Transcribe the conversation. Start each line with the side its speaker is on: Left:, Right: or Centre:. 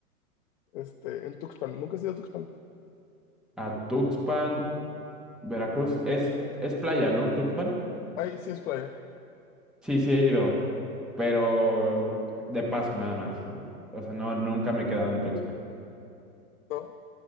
Left: este, en Tuxpan? ¿Nunca has ido a Tuxpan?
Centre: A Tuxpan, Veracruz, es, es playa, ¿no? Tuxpan.
Left: Ahí sí es playa,
Centre: Sí, sí he ido, pero de paso nada más. O sea, no, nunca me he quedado en Tuxpan.
Left: ¿no?